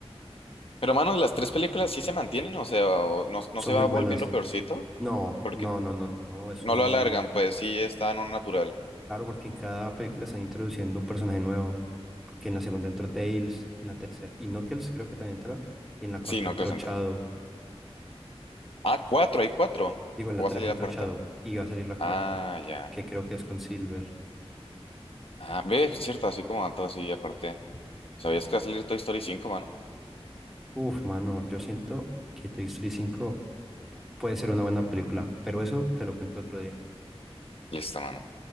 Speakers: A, on the left; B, in the centre.
A: Pero, mano, las tres películas sí se mantienen, o sea, o no, no
B: Son
A: se
B: muy
A: va
B: buenas.
A: volviendo peorcito,
B: No,
A: porque
B: no, no, no, no, no. Es
A: no
B: un
A: lo alargan, pues sí está no natural.
B: Claro, porque en cada película están introduciendo un personaje nuevo, que en la segunda entró Tails, en la tercera y Knuckles creo que también entró, y en la cuarta
A: Sí,
B: entró
A: no, que
B: Shadow,
A: centro. Ah, cuatro, hay cuatro.
B: digo, en
A: ¿O
B: la
A: va
B: tres
A: a salir
B: entró
A: la cuarta?
B: Shadow, y va a salir la
A: Ah,
B: cuarta,
A: ya.
B: que creo que es con Silver.
A: Ah, ve, cierto, así como dato así, aparte. ¿Sabías que va a salir Toy Story cinco mano?
B: Uf, mano, yo siento que Toy Story 5 puede ser una buena película, pero eso te lo cuento otro día.
A: Listo, mano.